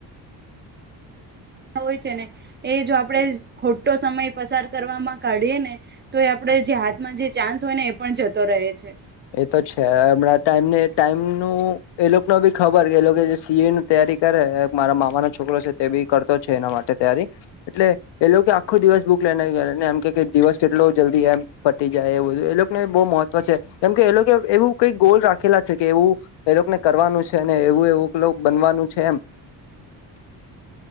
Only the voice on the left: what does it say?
એ તો છે હમણાં ટાઈમ ટાઈમનું એ લોકો ન બી ખબર કે એ લોકો જે સી એ ન તૈયારી કરે મારા મામા નો છોકરો છે તે બી કરતો છે એના માટે તૈયારી એટલે એ લોકો આખો દિવસ બુક લેને ગયાને એમ કે દિવસ કેટલો જલ્દી એમ પટી જાય એ બધું એ લોકોને બહુ મહત્વ છે. કેમ કે એ લોકો એવું કઈ ગોલ રાખેલા છે કે એવું એ લોકોને કરવાનું છે અને એવું એવું લો બનવાનું છે એમ.